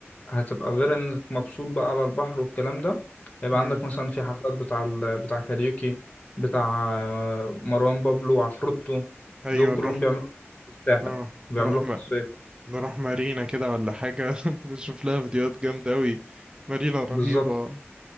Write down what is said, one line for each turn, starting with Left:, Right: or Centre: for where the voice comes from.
Left: هتبقى غير انك مبسوط بقى على البحر والكلام ده هيبقى
Right: مم.
Left: عندك مثلا في حفلات بتاع ال... بتاع كاريوكي بتاع آه، مروان بابلو وعفروتو
Right: ايوه
Left: دول كلهم
Right: نروح
Left: بيعملوا في الساحل
Right: اه
Left: بيعملوها
Right: نروح م...
Left: في الصيف
Right: نروح مارينا كده ولا حاجة <laughs> بنشوف لها فيديوهات جامدة أوي مارينا رهيبة
Left: بالظبط